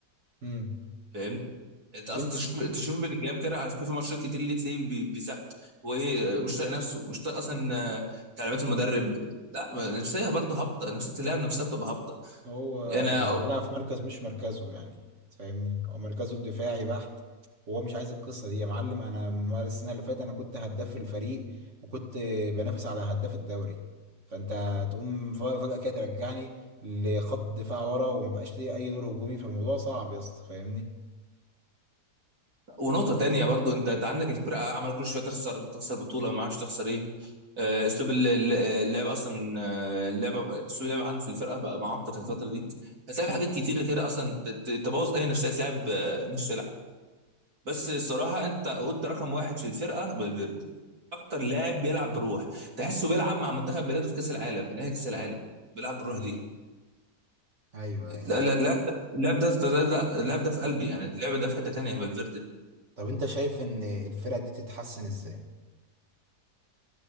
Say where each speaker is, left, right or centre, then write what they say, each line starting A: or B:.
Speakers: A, on the right; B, on the right.
A: امم
B: فاهمني انت
A: طب
B: اصلا
A: انت
B: تشوف تشوف بلينجهام كده على فكره في ماتشات كتير اللي تلاقيه بي- بيزق هو ايه مش طايق نفسه مش طايق اصلا آه، تعليمات المدرب لا نفسيه برضه هابطه نفسيه اللاعب نفسها بتبقى هابطه
A: هو
B: انا
A: بيلعب في مركز مش مركزه يعني تفهمني هو مركزه الدفاعي بحت وهو مش عايز القصة دي يا معلم انا مر- السنة اللي فاتت انا كنت هداف الفريق وكنت بنافس على هداف الدوري فانت تقوم ف- فجأة كده ترجعني لخط الدفاع ورا ومبقاش ليه اي دور هجومي فالموضوع صعب يا اسطى فاهمني
B: ونقطه تانية برضه انت انت عندك الفرقه عمال كل شويه تخسر تخسر بطوله ما عادش تخسر ايه آه، اسلوب ال- ال- اللعب اصلا من آه، اللعبه اسلوب اللعب عندي في الفرقه بقى معقد الفتره دي هتلاقي في حاجات كتير كده اصلا ت- ت- تبوظ اي نفسيه لاعب آه، نفسه بس الصراحه انت قلت رقم واحد في الفرقه فالفيردي اكتر لاعب بيلعب بروح تحسه بيلعب مع منتخب بلاده في كاس العالم في نهائي كاس العالم بيلعب بالروح
A: مم.
B: دي
A: ايوه ايوه
B: لا
A: ايوه
B: لا لا اللاعب ده ده ده- اللاعب ده في قلبي يعني اللعب ده في حته تانيه فالفيردي
A: طب انت شايف ان الفرقة دي تتحسن ازاي